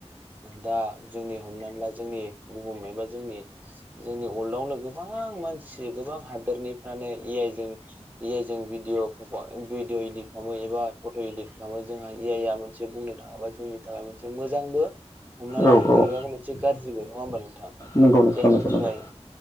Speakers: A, on the right; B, on the left.
A: दा जोंनि हमनानै ला जोंनि बुुमबायबा जोंनि जोंनि वर्ल्डआवनो गोबां मानसि गोबां हादोरनिफ्रानो ए इ भअ भिडअ इदिट खालामो एबा फट' इदिट खालामो जोंहा आइ मोनसे बुंनो थाङोबा जोंनि थाखाय मोनसे मोजांबो हमना लाबाय
B: औ
A: बोरैबाो
B: औ
A: मोनसे गाज्रिबो नङा होमबा नोंथां
B: नंगौ नोंथां
A: जायनि
B: नंगौ
A: थाखाय
B: नंगौ